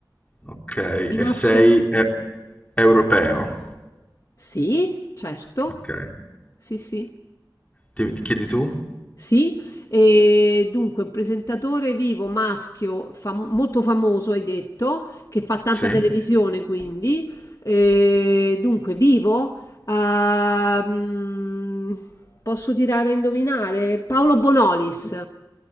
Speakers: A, on the left; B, on the left.
A: Ok,
B: in
A: e
B: assoluto.
A: sei e- europeo.
B: Sì, certo.
A: Ok.
B: Sì, sì.
A: Ti- ti chiedi tu?
B: Sì, e dunque un presentatore vivo maschio fam- molto famoso, hai detto, che fa tanta
A: Sì?
B: televisione quindi. E dunque vivo, ah, mm, posso tirare a indovinare? Paolo Bonolis.